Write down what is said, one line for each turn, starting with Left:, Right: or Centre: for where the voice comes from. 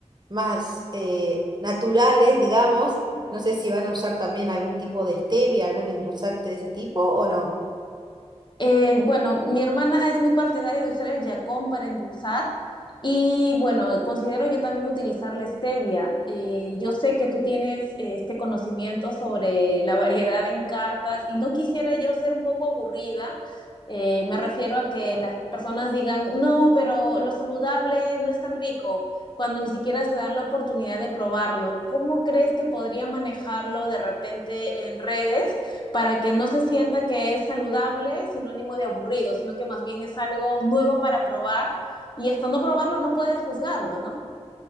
Right: más eh, naturales, digamos. No sé si van a usar también algún tipo de stevia, algún endulzante de ese tipo o no.
Left: Eh, bueno, mi hermana es muy partidaria de usar el yacón para endulzar y bueno, considero yo también utilizar la stevia. Eh, yo sé que tú tienes eh, este conocimiento sobre la variedad en cartas y no quisiera yo ser un poco aburrida. Eh, me refiero a que las personas digan, no, pero lo saludable no es tan rico, cuando ni siquiera se dan la oportunidad de probarlo. ¿Cómo crees que podría manejarlo de repente en redes? para que no se sienta que es saludable, sinónimo de aburrido, sino que más bien es algo nuevo para probar y hasta no probarlo no puedes juzgarlo, ¿no?